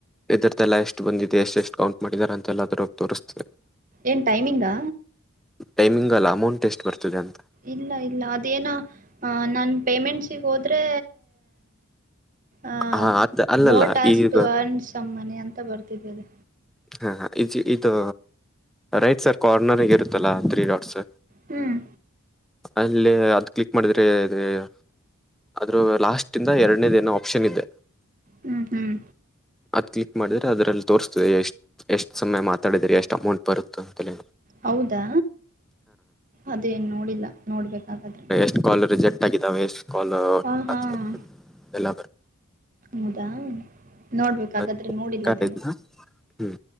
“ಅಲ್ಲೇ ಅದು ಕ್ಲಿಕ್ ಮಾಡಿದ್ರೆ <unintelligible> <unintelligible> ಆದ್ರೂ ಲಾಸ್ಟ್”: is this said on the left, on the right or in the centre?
Centre